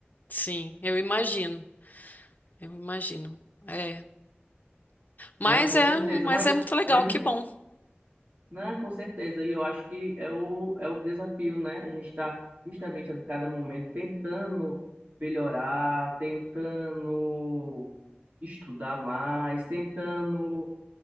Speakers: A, on the left; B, on the right.
A: Sim, eu imagino, eu imagino. É, mas
B: Não, com
A: é,
B: certeza,
A: mas
B: mas,
A: é muito legal,
B: mas de
A: que bom.
B: Né, com certeza. E eu acho que é o, é o desafio, né? A gente está justamente a cada momento tentando melhorar, tentando estudar mais, tentando